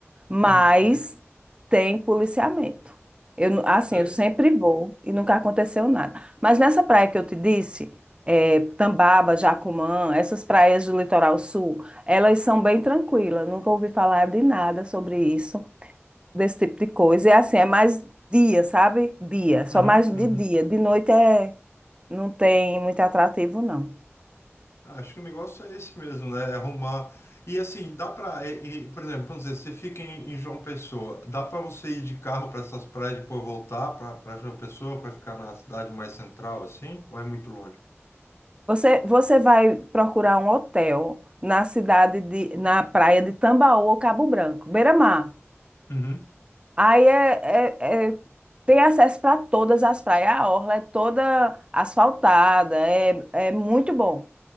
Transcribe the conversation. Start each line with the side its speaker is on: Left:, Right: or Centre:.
Right: mas
Left: Uhum.
Right: tem policiamento. Eu, nu- assim,
Left: Sei.
Right: eu sempre vou e nunca aconteceu nada. Mas nessa praia que eu te disse, é, Tambaba, Jacumã, essas praias do litoral sul, elas são bem tranquilas. Nunca ouvi falar de nada sobre isso, desse tipo de coisa. E assim, é mais dia, sabe? Dia, só
Left: Uhum.
Right: mais de
Left: Uhum.
Right: dia. De noite é não tem muito atrativo, não.
Left: Acho que o negócio é esse mesmo, né? É arrumar. E assim, dá para, por exemplo, vamos dizer, você fica em, em João Pessoa, dá para você ir de carro para essas praias e depois voltar para João Pessoa para ficar na cidade mais central, assim? Ou é muito longe?
Right: Você, você vai procurar um hotel na cidade de, na praia de Tambaú ou Cabo Branco, beira-mar.
Left: Uhum.
Right: Aí é, é- é- tem acesso para todas as praias. A orla é toda asfaltada, é, é muito bom.